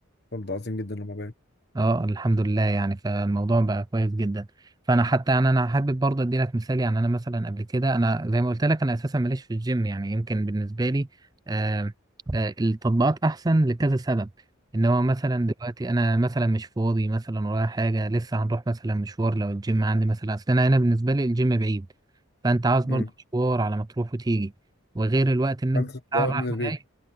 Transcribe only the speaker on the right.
اه الحمد لله يعني فالموضوع بقى كويس جدا فانا حتى يعني انا حابب برضه ادي لك مثال يعني انا مثلا قبل كده انا زي ما قلت لك انا اساسا ماليش في الجيم يعني يمكن بالنسبه لي آه آه التطبيقات احسن لكذا سبب ان هو مثلا دلوقتي انا مثلا مش فاضي مثلا ورايا حاجه لسه هنروح مثلا مشوار لو الجيم عندي مثلا اصل انا هنا بالنسبه لي الجيم بعيد فانت عاوز برضه
مشوار على ما تروح وتيجي وغير الوقت ان انت
رايح
وجاي